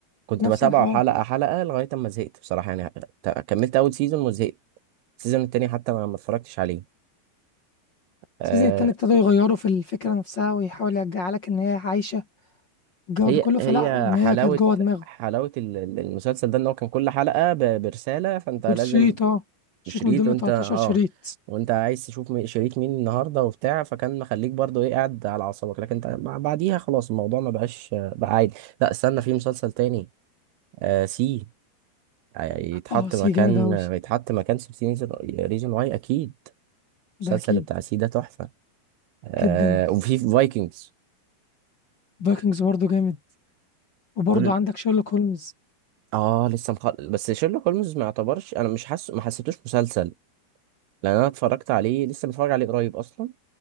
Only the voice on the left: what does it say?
نفس
الحوار
السيزون التاني ابتدوا يغيروا في الفكرة نفسها ويحاول يرجع لك إن هي عايشة الجو
ده كله
فلا إن هي
كانت جوه دماغه
بالشريط اه شريط
من ضمن
13
شريط
اه سي
جامد أوي
ده
أكيد
جدا
فايكنجز برضه جامد وبرضه
عندك شيرلوك هولمز